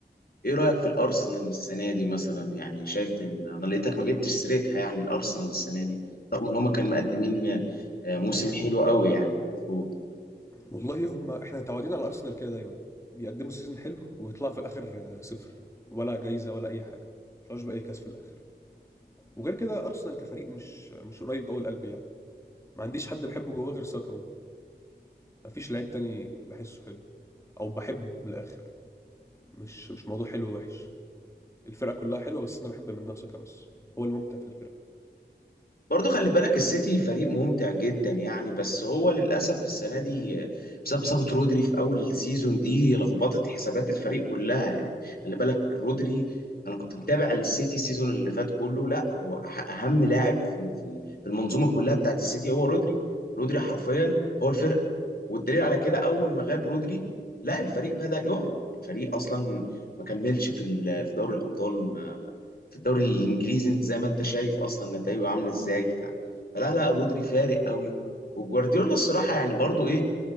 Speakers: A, on the left; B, on the left.
A: ايه رأيك في الأرسنال السنة دي مثلا يعني شايف ان انا لقيتك ما جبتش سيرتها يعني الأرسنال السنة دي رغم ان هما كانوا مقدمين آه، موسم حلو قوي يعني المفروض
B: والله هم احنا متعودين على ارسنال كده دايما بيقدموا سيزون حلو ويطلعوا في الاخر آه، صفر ولا جايزه ولا اي حاجه ما يطلعوش باي كاس في الاخر وغير كده ارسنال كفريق مش مش قريب قوي لقلبي يعني ما عنديش حد بحبه جواه غير ساكا ممكن ما فيش لعيب تاني بحسه حلو او بحبه من الاخر مش مش موضوع حلو ووحش الفرقه كلها حلوه بس انا بحب منها ساكا بس هو الممتع في الفرقه
A: برضو خلي بالك السيتي فريق ممتع جدا يعني بس هو للأسف السنة دي بسبب إصابة رودري في أول السيزون دي لخبطت حسابات الفريق كلها يعني خلي بالك رودري أنا كنت متابع السيتي السيزون اللي فات كله لا هو أح- أهم لاعب في ال- في ال- في المنظومة كلها بتاعت السيتي هو رودري رودري حرفيا هو الفرقة والدليل على كده أول ما غاب رودري لا الفريق بدأ يقع الفريق أصلا ما كملش في ال- في دوري الأبطال ما في الدوري الانجليزي انت زي ما انت شايف اصلا نتائجه عامله ازاي ف... فلا لا رودري فارق قوي وجوارديولا الصراحه يعني برضو ايه